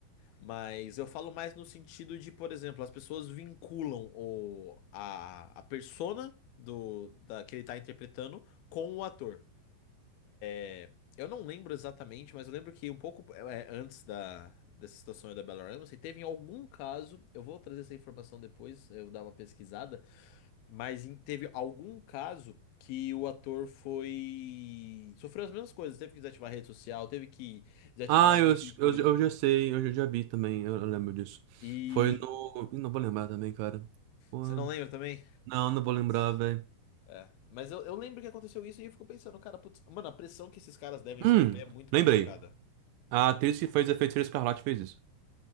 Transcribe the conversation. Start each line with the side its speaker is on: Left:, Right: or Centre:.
Left: Mas eu falo mais no sentido de, por exemplo, as pessoas vinculam o, a, a persona do, da, que ele tá interpretando com o ator. É, Eu não lembro exatamente, mas eu lembro que um pouco é, antes da, dessa situação aí da Bella Ramsey, teve em algum caso, eu vou trazer essa informação depois, eu vou dar uma pesquisada, mas em- teve algum caso que o ator foi... sofreu as mesmas coisas, teve que desativar a rede social, teve que desativar
Right: Ah,
Left: um monte
Right: eu,
Left: de coisa.
Right: eu, eu já sei, eu já, já vi também, eu, eu lembro disso.
Left: E...
Right: Foi no. Ih, Não vou lembrar também, cara. Porra.
Left: Você não lembra também?
Right: Não, não vou
Left: Putz.
Right: lembrar, velho.
Left: É, mas eu, eu lembro que aconteceu isso e eu fico pensando, cara, putz, mano, a pressão que esses caras devem
Right: Hum,
Left: sofrer é muito
Right: lembrei.
Left: complicada.
Right: A atriz que fez a Feiticeira Escarlate fez isso.